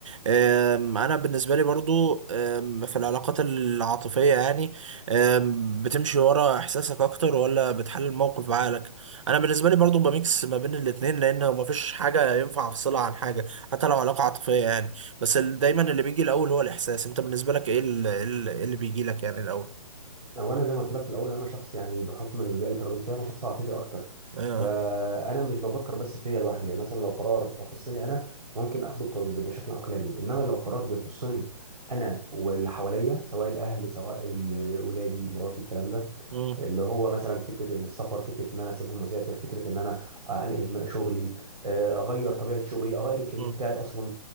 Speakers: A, on the right; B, on the right.
A: أم، أنا بالنسبة لي برضو أم، في العلاقات العاطفية يعني أم، بتمشي ورا إحساسك أكتر ولا بتحلل الموقف بعقلك أنا بالنسبة لي برضو بميكس ما بين الاتنين لأن مفيش حاجة ينفع أفصلها عن حاجة حتى لو علاقة عاطفية يعني بس ال- دايما اللي بيجي الأول هو الإحساس أنت بالنسبة لك إيه ال- إيه ال- إيه اللي بيجي لك يعني الأول
B: هو انا زي ما قلت لك في الاول انا شخص يعني بحكم البيئه اللي اتربيت فيها انا شخص عاطفي اكتر
A: آه.
B: فانا مش بفكر بس فيا لوحدي يعني مثلا لو قرار يخصني انا ممكن اخده بط- بشكل عقلاني انما لو قرار بيخصني انا واللي حواليا سواء الاهل سواء ال- ولادي مراتي الكلام ده
A: مم.
B: اللي هو مثلا فكره ان السفر فكره ان انا اسيبهم مسافر فكره ان انا آه، انقل شغلي آه، اغير طبيعه شغلي اغير الكارير
A: مم.
B: بتاعي اصلا